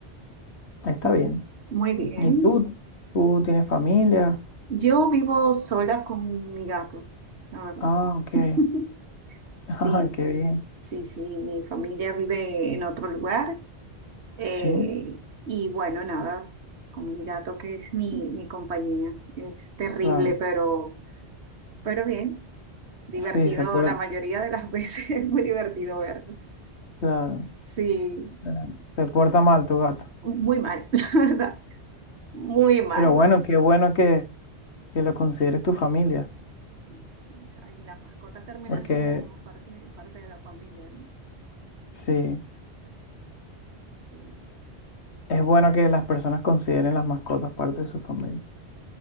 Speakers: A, on the left (about 75°); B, on the right (about 75°).
A: está
B: Ujú.
A: bien.
B: Muy bien.
A: ¿Y tú? ¿Tú tienes familia?
B: Yo vivo sola con mi gato, la verdad.
A: Ah, ok. <laughs>
B: <laughs> Sí,
A: Ah, qué bien.
B: sí, sí. Mi familia vive en otro lugar. eh,
A: Sí,
B: y bueno, nada, con mi gato que es mi, mi compañía. Es terrible,
A: claro.
B: pero, pero bien. Divertido
A: Sí, se porta,
B: la mayoría de las veces. <laughs> Es muy divertido verlos.
A: claro.
B: Sí,
A: Se se porta mal tu gato.
B: muy mal, <laughs> la verdad. Muy mal.
A: Pero bueno, qué bueno que que lo consideres tu familia,
B: Sí, sabes, las mascotas terminan
A: porque
B: siendo como parte, parte de la familia, ¿no?
A: sí,
B: Sí,
A: es bueno que las personas consideren las mascotas parte de su familia.